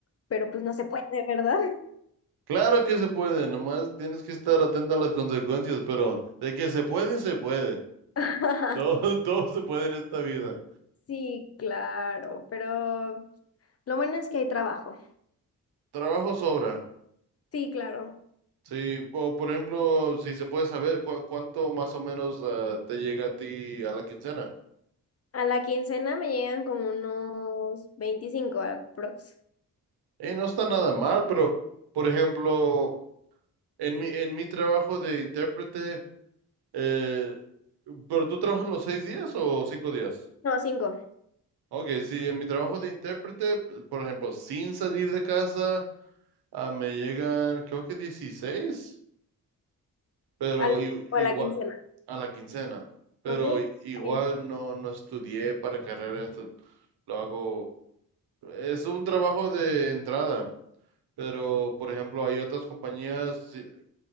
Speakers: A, on the left; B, on the right.
A: Pero pues no se puede, ¿verdad?
B: Claro que se puede, nomás tienes que estar atento a las consecuencias, pero de que se puede, se puede.
A: <laughs>
B: Todo, <laughs> todo se puede en esta vida.
A: Sí, claro, pero lo bueno es que hay trabajo.
B: Trabajo sobra.
A: Sí, claro.
B: Sí, o por ejemplo, si se puede saber cu- cuánto más o menos ah, te llega a ti a la quincena.
A: A la quincena me llegan como unos 25 aprox.
B: Eh, no está nada mal, pero por ejemplo, en mi, en mi trabajo de intérprete, eh, ¿pero tú trabajas los seis días o cinco días?
A: No, cinco
B: Ok, sí, en mi trabajo de intérprete, por ejemplo, sin salir de casa, ah, me llegan creo que 16. pero
A: al,
B: i-
A: o
B: igual
A: a la quincena.
B: a la quincena, pero
A: Ok, está
B: i- igual
A: bien,
B: no, no estudié para carrera, esto lo hago, es un trabajo de entrada, pero por ejemplo hay otras compañías eh,